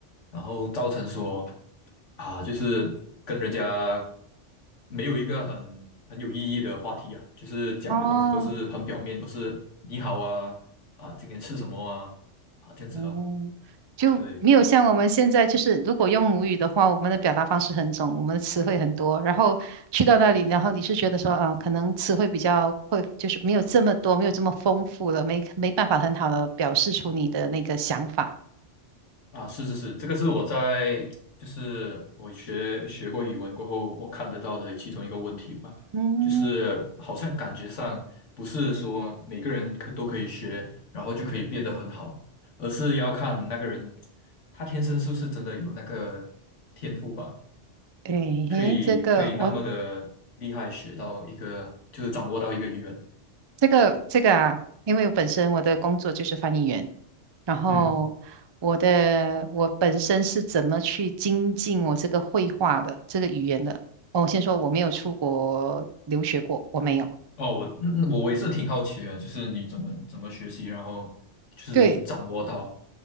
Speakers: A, on the left; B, on the right.
A: 然后造成说啊，就是跟人家没有一个很很有意义的话题啊，就是讲的东西都是很表面，
B: 哦。
A: 都是你好啊啊，今天吃什么啊啊这样子哦。
B: 哦，就没有像我们现在，
A: 对
B: 就是如果用母语的话，我们的表达方式很重，我们的词汇很多。然后去到那里，然后你是觉得说啊，可能词汇比较会，就是没有这么多，没有这么丰富了，没没办法很好的表示出你的那个想法。
A: 啊，是是是，这个是我在就是我学学过语文过后，我看得到的其中一个问题吧，
B: 嗯，
A: 就是好像感觉上不是说每个人可都可以学，然后就可以变得很好，而是要看那个人他天生是不是真的有那个天赋吧。
B: 诶嘿，
A: 可以可以那么的厉害，
B: 这个我
A: 学到一个就是掌握到一个语言。
B: 这个这个啊，因为我本身我的工作就是翻译员，然后我的我本身是怎么去精进我这个绘画的这个语言的？
A: 嗯，
B: 哦，我先说我没有出国留学过，我没有。
A: 哦，我嗯嗯我我也是挺好奇的，就是你怎么怎么学习，然后就是掌握到，
B: 对，